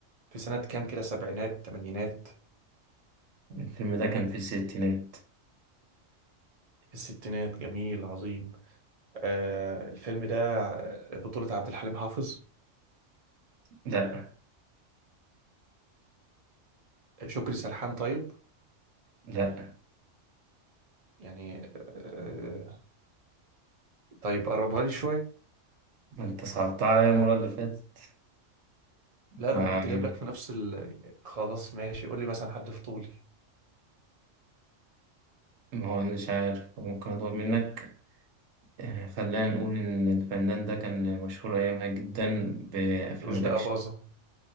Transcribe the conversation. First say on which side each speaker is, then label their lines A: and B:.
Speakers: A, on the right; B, on the right.
A: في سنة كام كده سبعينات تمانينات
B: الفيلم ده كان في الستينات
A: في الستينات جميل عظيم آه الفيلم ده بطولة عبد الحليم حافظ
B: لا
A: شكري سرحان طيب
B: لا
A: يعني آه طيب قربها لي شوية
B: ما انت صعبتها عليا المرة اللي فاتت
A: لا
B: ما
A: ده انا كنت جايب لك في نفس ال... خلاص ماشي قول لي مثلا حد في طولي
B: ما هو أنا مش عارف ممكن أطلب منك يعني خلينا نقول إن الفنان ده كان مشهور أيامها جدا بأفلام
A: رشدي
B: الأكشن
A: أباظة